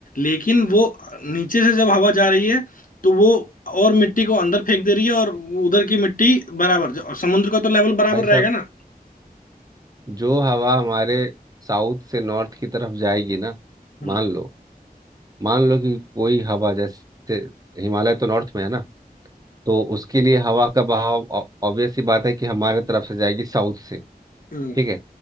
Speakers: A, on the left; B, on the right.
A: लेकिन वो नीचे से जब हवा जा रही है तो वो और मिट्टी को अंदर फेंक दे रही है और उधर की मिट्टी बराबर जो समुद्र का तो लेवल बराबर
B: भाई साहब
A: रहेगा ना
B: जो हवा हमारे साउथ से नॉर्थ की तरफ जाएगी ना
A: हम्म
B: मान लो मान लो कि कोई हवा जैसे हिमालय तो नॉर्थ में है ना तो उसके लिए हवा का बहाव ऑब्वियस सी बात है कि हमारे तरफ से जाएगी साउथ से
A: हम्म।
B: ठीक है